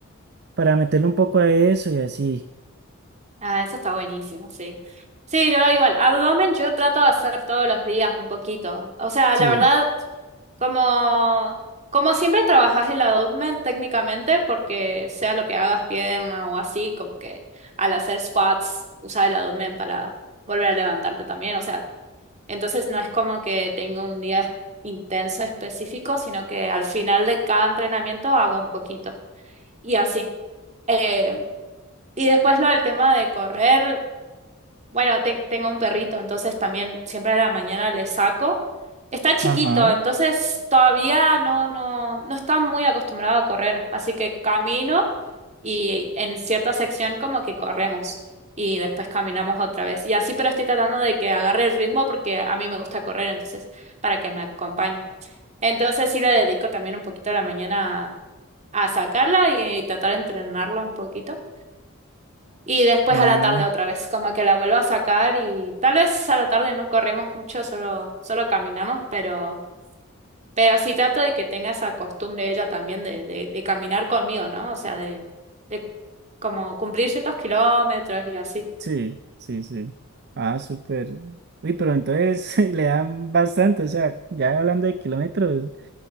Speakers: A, on the right; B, on the right.
A: para meterle un poco a eso y así.
B: Ah, eso está buenísimo, sí. Sí, yo igual, abdomen yo trato de hacer todos los días un poquito. O sea,
A: Sí,
B: la verdad, como, como siempre trabajas el abdomen técnicamente, porque sea lo que hagas pierna o así, como que al hacer squats usas el abdomen para volver a levantarte también. O sea, entonces no es como que tengo un día intenso específico, sino que al final de cada entrenamiento hago un poquito. Y así. Eh, y después lo del tema de correr. Bueno, te- tengo un perrito, entonces también siempre a la mañana le saco. Está chiquito,
A: Ajá.
B: entonces todavía no, no, no está muy acostumbrado a correr, así que camino y en cierta sección como que corremos y después caminamos otra vez. Y así, pero estoy tratando de que agarre el ritmo porque a mí me gusta correr, entonces para que me acompañe. Entonces sí le dedico también un poquito a la mañana a, a sacarla y, tratar de entrenarla un poquito. Y después
A: Ah,
B: a la tarde otra vez, como que la vuelvo a sacar y tal vez a la tarde no corremos mucho, solo, solo caminamos, pero, pero sí trato de que tenga esa costumbre ella también de, de, de caminar conmigo, ¿no? O sea, de, de como cumplir ciertos kilómetros y así.
A: sí, sí, sí. Ah, súper. Uy, pero entonces <laughs> le dan bastante, o sea, ya hablando de kilómetros,